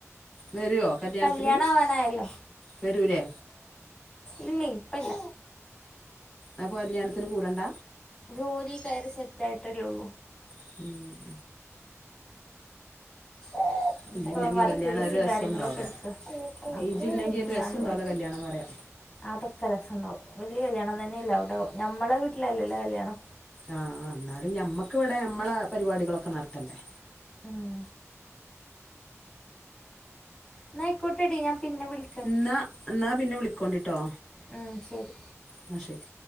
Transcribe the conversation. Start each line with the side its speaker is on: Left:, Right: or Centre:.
Centre: വരുവോ കല്യാണത്തിന്
Left: കല്യാണാവാനായല്ലോ?
Centre: വരൂലേ
Left: ഇല്ലേ ഇപ്പെല്ല
Centre: അപ്പോ കല്യാണത്തിന് കൂടെണ്ട
Left: ജോലി കയറി സെറ്റായിട്ടല്ലേ ഒള്ളൂ
Centre: ഉം
Left: ആഹ്
Centre: ഇജ്ജില്ലെങ്കി
Left: ഇപ്പം വർക്ക്
Centre: കല്യാണം
Left: ബിസിം
Centre: ഒരു രസം
Left: കാര്യങ്ങളൊക്കെ
Centre: ഉണ്ടാവൂല
Left: എടുക്ക അപ്പ
Centre: ഇജ്ജില്ലെങ്കി
Left: പിന്നെ ഇഞ്ഞ്
Centre: ഒരു രസം
Left: ഞാന്
Centre: ഉണ്ടാവൂല
Left: വ
Centre: കല്യാണം പറയാ
Left: അതൊക്കെ രസണ്ടാവും വല്ല്യ കല്യാണം തന്നെയല്ല അവ്ടെ ഞമ്മളെ വീട്ടിലല്ലല്ലോ കല്യാണം?
Centre: ആഹ് ആഹ് ഇന്നാലും ഞമ്മക്ക് വടെ ഞ്ഞമ്മളെ പരിപാടികളൊക്കെ നടത്തണ്ടേ
Left: ഉം ഇന്നയ്ക്കോട്ടെ ടീ ഞാ പിന്നെ വിളി
Centre: ഇന്നാ ഇന്നാ പിന്നെ വിളിക്കോണ്ടിട്ടോ?
Left: ഉം ശരി
Centre: ന്നാ ശരി